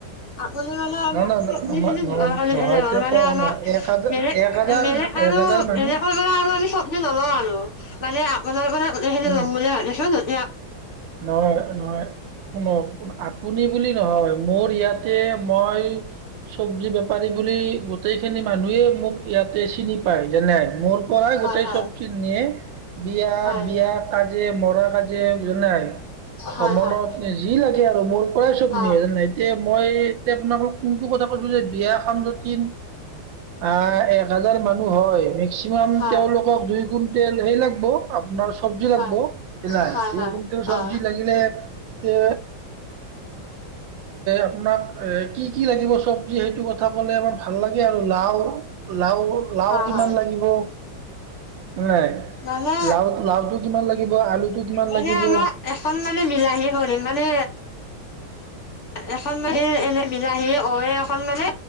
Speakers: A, on the left (about 55°); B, on the right (about 70°).
A: বুলি মানে আমাৰ
B: নহয় নহয়
A: চবজিখিনি
B: নহয় নহয়
A: হ'ল
B: নহয় এতিয়া
A: মানে
B: কওঁ শুনক
A: আমাৰ
B: এক হাজাৰ
A: মেলে
B: এক হাজাৰ
A: মেলে আৰু
B: এক হাজাৰ মানুহ
A: এনেকৈ কলে আৰু আমি চব্জি নলও আৰু। মানে আপোনাৰ পৰা গোটেইখিনি
B: উম
A: ল'ম বুলি ভাবিছিলোঁ
B: নহয়- নহয় শুনক আপুনি বুলি নহয় মোৰ ইয়াত মই চব্জি বেপাৰী বুলি গোটেই খিনি মানুহেই মোক ইয়াতে চিনি পায় যেনে মোৰ কৰা
A: হয়
B: গোটেই
A: হয়।
B: চব চি নিয়ে, বিয়া-
A: হয়
B: বিয়া কাজে মৰা কাজে নাই
A: হয়
B: হবনত
A: হয়
B: যি লাগে আৰু মোৰ পৰাই চব নিয়ে,
A: অ
B: এতিয়া মই এতিয়া মানে আপোনাক <unintelligible> যে বিয়াখন যদি আহ এক হাজাৰ মানুহ হয়, মেক্সিমাম
A: হয়
B: তেওঁলোকক দুই কুইণ্টেল সেই লাগব আপোনাৰ চবজি লাগব,
A: হয়
B: <unintelligible>
A: হয় হয়
B: চব্জি
A: অ
B: লাগিলে এ আপোনাক এ কি- কি লাগিব চবজি সেইটো কথা ক'লে আমাৰ ভাল লাগে আৰু লাও লাও- লাও
A: হয়
B: কিমান
A: হয়
B: লাগিব, নাই
A: মানে
B: লা লাওতটো কিমান লাগিব আলুটো কিমান
A: মানে
B: লাগিব।
A: আমাৰ এখন মানে বিলাহী কৰিম মানে এখন মানে এনে বিলাহী অৱে এখন মানে